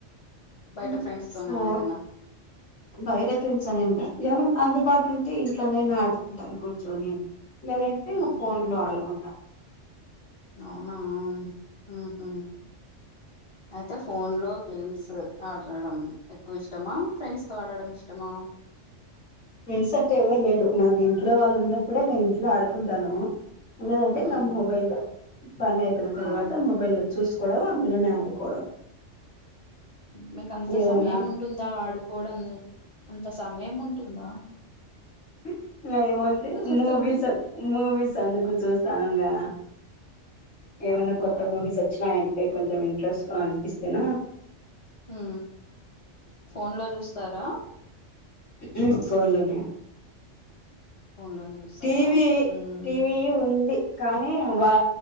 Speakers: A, on the left (about 35°); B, on the left (about 60°).
A: బయట
B: ఉహు
A: ఫ్రెండ్స్ తోనా
B: ఫో
A: ఏదన్నా
B: బయట ఫ్రెండ్స్ అయుంట ఎవరన్ అందుబాటుంటే ఇంట్లోనైనా ఆడుకుంటాను కూర్చొని లేదంటే
A: ఉహు
B: న ఫోన్ లో ఆడుకుంటా
A: అవునా ఊహు అయితే ఫోన్ లో గేమ్స్ ఆడడం ఎక్కువిష్టమా ఫ్రెండ్స్ తో ఆడడం ఇష్టమా
B: ఫ్రెండ్స్ అంటే ఎవర్ లేరు మాకు ఇంట్లో వాళ్ళున్నప్పుడే మా ఇంట్లో ఆడుకుంటానూ లేదంటే
A: ఉమ్
B: నా మొబైల్ లో పని అయిపోన తరువాత
A: అవును
B: మొబైల్ లో చూసుకోవడం అందులోనే ఆడుకోవడం
A: మీకంత
B: ఏదన్నా
A: సమయం ఉంటుందా ఆడుకోవడన్ అంత సమయముంటుందా
B: <unintelligible>
A: అసలుకి
B: మూవీస మూవీస్ అందుకు చూస్తానని ఆ ఏమన్న
A: అవునా
B: కొత్త మూవీస్ ఒచ్చినాయంటే కొంచం ఇంట్రెస్ట్ గా అనిపిస్తున్నా
A: ఊ ఫోన్ లో జూస్తారా
B: ఊ ఫోన్ లోనే
A: ఫోన్ లోనే చూస్తారా
B: టీవీ
A: ఉమ్
B: టీవీ ఉంది కానీ వా